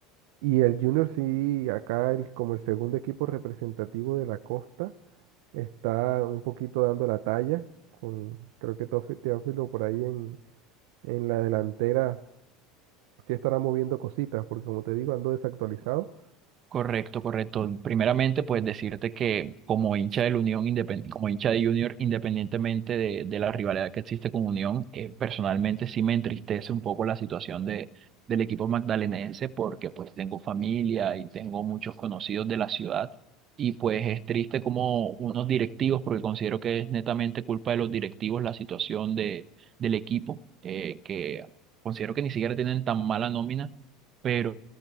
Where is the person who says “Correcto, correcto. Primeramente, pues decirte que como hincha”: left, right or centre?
Right